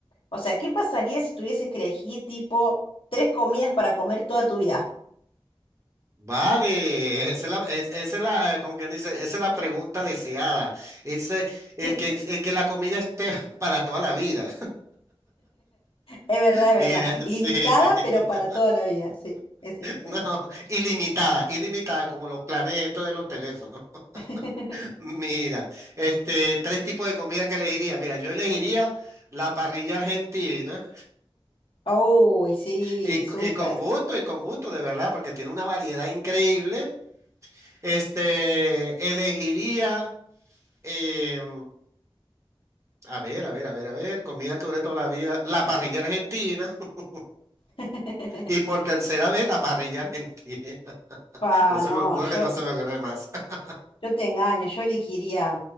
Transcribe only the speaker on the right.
Vale, esa es la, es- esa es la, eh, como quien dice, esa es la pregunta deseada. Ese, el
que, el que la comida esté <laughs> para toda la vida.
<laughs>
Mira,
sí, sí.
<laughs>
No, ilimitada, ilimitada, como los planetos de los teléfonos.
<laughs> Mira, este, tres tipos de comida que elegiría. Mira, yo elegiría la parrilla argentina.
Y, co-
y con gusto, y con gusto, de verdad, porque tiene una variedad increíble. Este, elegiría, em, a ver, a ver, a ver, a ver, comida que duré toda la vida, la parrilla argentina. <laughs>
Y por tercera vez, la parrilla argentina. <laughs>
No se
me ocurre,
no se me ocurre más. <laughs>